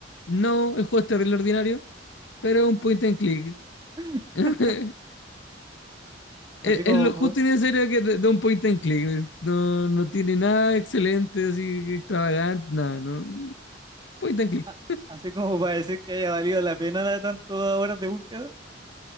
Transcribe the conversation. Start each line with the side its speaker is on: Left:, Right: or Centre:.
Left: No, el juego es terrible ordinario, pero es un point and click.
Right: <laughs>
Left: <laughs> Es,
Right: así como,
Left: es lo
Right: po-
Left: justo y necesario que de, de un point and click. No, no tiene nada excelente, así extravagante, nada, ¿no? Point and click.
Right: a- así como para decir que haya valido la pena de tantas horas de búsqueda,